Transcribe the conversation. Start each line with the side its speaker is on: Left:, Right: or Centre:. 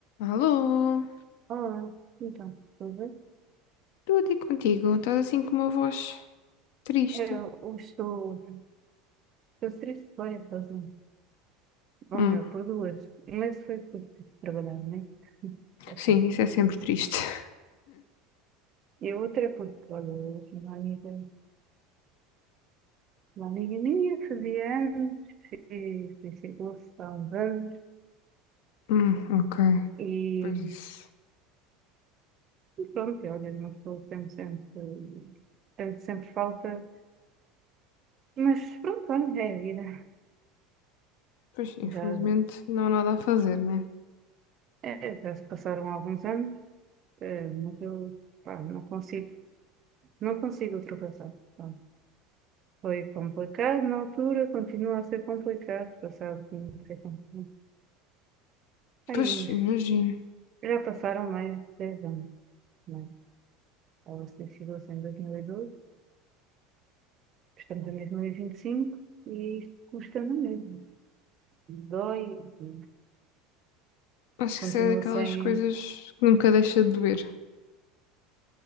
Left: Alô,
Right: Olá, então, tudo bem?
Left: tudo e contigo? Estás assim com uma voz triste?
Right: Eu, eu estou, estou triste por várias razões, ou
Left: Hum,
Right: melhor, por duas, mas foi por ter trabalhado, né? <laughs> Já
Left: sim,
Right: sabe.
Left: isso é sempre triste. <laughs>
Right: E a outra é porque, olha, hoje uma amiga, uma amiga minha fazia anos e suicidou-se há uns anos
Left: Hum, ok.
Right: e,
Left: Pois isso.
Right: e pronto, olha, uma pessoa sempre, sempre, sempre, sempre falta, mas pronto, olha, é a vida.
Left: Pois,
Right: Já,
Left: infelizmente, não há nada a fazer, né?
Right: é, já se passaram alguns anos, eh, mas eu, pá, não consigo. Não consigo ultrapassar. Pronto. Foi complicado na altura, continua a ser complicado. Passado, não sei quanto tempo. Aí
Left: Pois,
Right: uns.
Left: imagino.
Right: Já passaram mais de 10 anos. Né? Ela se suicidou-se em 2012, estamos em 2025 e vinte e cinco e isto custa na mesma. Dói, e
Left: Acho
Right: continuo
Left: que isso é daquelas
Right: sem
Left: coisas que nunca deixa de doer.